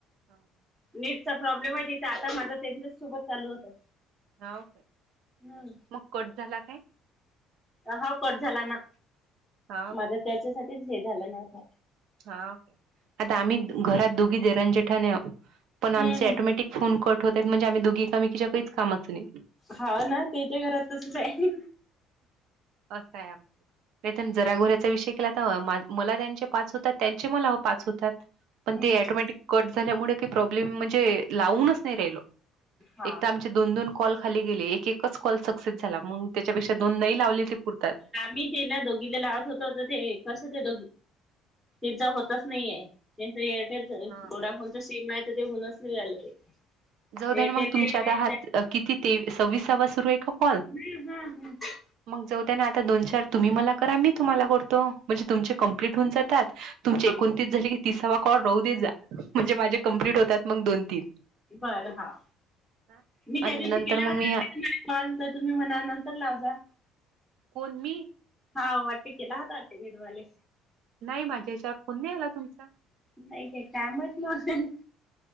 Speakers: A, on the right (about 65°); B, in the centre.
A: हा
B: नेटचा प्रॉब्लेम आहे तिथे, आता माझा त्यांच्या सोबत चालू होत.
A: हाव काय
B: हम्म
A: मग, कट झाला काय.
B: हाव कट झाला ना,
A: हा ओके
B: माझ त्याच्यासाठीच हे झालं ना आता.
A: हाव आता आम्ही घरात दोघी देरानी जेठानी आहोत,
B: हम्म
A: पण आमचे
B: हम्म
A: अॅटोमॅटिक. फोन कट होतात म्हणजे, आम्ही दोघी एकमेकीच्या काहीच कामाच नाही.
B: हा ना, त्याच्या घरात तसचं आहे.
A: असं आहे आमचं तिथं, जरा घोऱ्याचा विषय केला तर मला त्यांचे. पाच होतात त्यांचे मला पाच होतात,
B: हम्म
A: पण ते
B: हम्म
A: ऑटोटोमॅटिक कट झाल्यामुळे प्रॉब्लेम म्हणजे. लावूनच नाही राहिलो,
B: हा
A: एक तर आमचे दोन दोन कॉल खाली गेले एक एक. कसं एकच कॉल सक्सेस झाला मग, त्याच्यापेक्षा दोन न नाही लावले ते पुरतात.
B: मी तिला दोघिला लावत होतो, तर ते कसं ते दो तेनचा होतच नाहीये. त्या एअरटेल
A: हा.
B: वोडाफोनच सिम, नाही तर ते होऊनच नाही राहील ते.
A: जाऊ देण
B: एअरटेल
A: मग तुमच्या आता, हात किती ते सव्वीसावा सुरू आहे का कॉल.
B: <unintelligible>
A: मग जाऊ द्या ना आता, दोन चार तुम्ही मला करा मी तुम्हाला करतो. म्हणजे तुमचे कम्प्लीट होऊन जातात, तुमचे
B: हा
A: एकोणतीस झाले की तिसावा कॉल राहू दे जा. म्हणजे माझे कम्प्लीट होतात मग दोन तीन.
B: बरं हाव,
A: आणि
B: मी त्या दिवशी
A: नंतर
B: केला
A: मग
B: होता
A: मी
B: वाटते. <unintelligible> तुम्ही म्हणा नंतर लाजा.
A: कोण मी.
B: हवा वाटे केला होता, वाटे मी तुम्हाले.
A: नाही माझ्या हेच्यावर, फोन नाही आला तुमचा.
B: नाही काय, काय म्हटलं असेल.